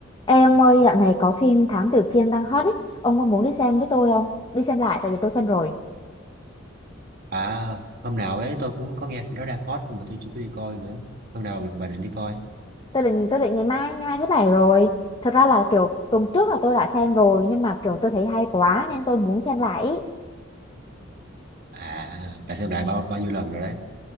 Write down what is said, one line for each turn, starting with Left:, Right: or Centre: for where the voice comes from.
Left: Ê ông ơi, dạo này có phim Thám Tử Kiên đang hot ấy, ông có muốn đi xem với tôi không? Đi xem lại tại vì tôi xem rồi.
Right: À, hôm nào ấy tôi cũng có nghe phim đó đang hot nhưng mà tôi chưa có đi coi nữa. Hôm nào bà định đi coi?
Left: Tôi định tôi định ngày mai, ngày mai thứ bảy rồi. Thật ra là kiểu tuần trước là tôi đã xem rồi nhưng mà kiểu tôi thấy hay quá nên tôi muốn xem lại. ý.
Right: À, bà xem lại bao bao nhiêu lần rồi đấy.